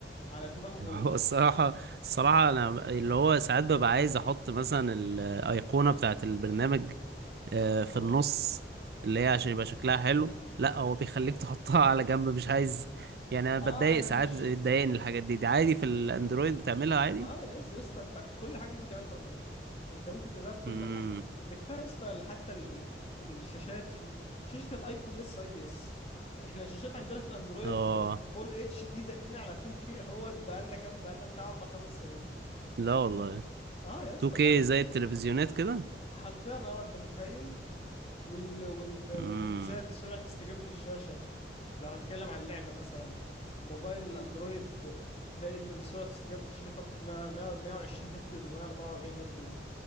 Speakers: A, on the left (about 35°); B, on the right (about 60°).
A: على دماغه هو
B: <laughs> هو الصراحه الصراحه انا اللي هو ساعات ببقى عايز احط مثلا الايقونه بتاعه البرنامج آه،
A: اه
B: في النص اللي هي عشان يبقى شكلها حلو لا هو بيخليك تحطها على جنب مش عايز يعني انا بتضايق
A: اه انا
B: ساعات
A: مش
B: بتضايقني الحاجات دي دي عادي في الاندرويد بتعملها عادي
A: اه يا اسطى يا اسطى انت كل حاجه ممكن تعملها في اندرويد انت ممكن تغير كل
B: امم
A: حاجه ده كفايه يا اسطى حتى ال- ال- الشاشات فيه شاشه الايفون لسه اي بي اس احنا الشاشات عندنا في الاندرويد
B: اه
A: فول اتش دي داخلين على 2 كي اهوت بقالنا كام بقالنا بتاع اربع خمس سنين
B: لا والله
A: اه يا اسطى
B: 2K
A: لا انك
B: زي التلفزيونات كده
A: حرفيا اه انت متخيل وال وال
B: امم
A: والهرتزات سرعه استجابه الشاشه لو هتتكلم عن اللعبه مثلا موبايل الاندرويد تلاقي سرعه استجابه الشاشه بتاعته 100 120 هرتز و144 هرتز